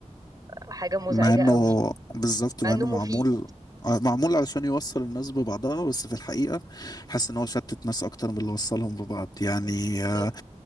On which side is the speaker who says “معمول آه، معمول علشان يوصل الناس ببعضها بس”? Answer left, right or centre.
Left